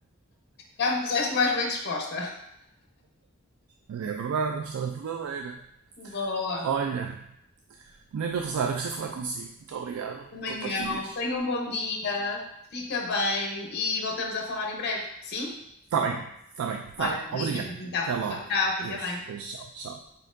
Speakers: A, on the left; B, on the right.
A: Já me puseste mais bem disposta.
B: é verdade, a história é verdadeira.
A: Boa.
B: Olha, Nena Rosário, gostei de falar consigo. Muito obrigado
A: Amanhã,
B: por partilhas.
A: tenha um bom dia, fica bem e voltamos a falar em breve, sim?
B: Está bem, está bem, está.
A: Olha, beijinhos
B: Obrigado.
A: então.
B: Até logo.
A: Tchau, tchau, fica
B: Deus,
A: bem.
B: Deus, tchau, tchau.